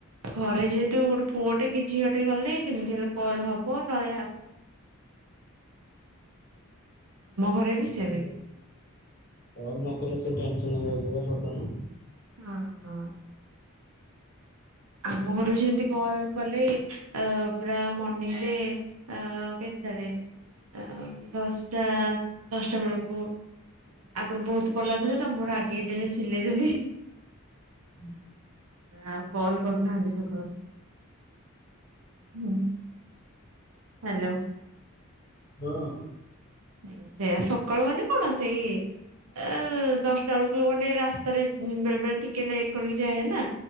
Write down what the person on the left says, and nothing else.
ତାପରେ
କଲ ନ କଲ ସେ ଟେନସନ୍ ହେଇ ଯାଉଚି ପା ସଡନ।
<unintelligible>
ହଁ।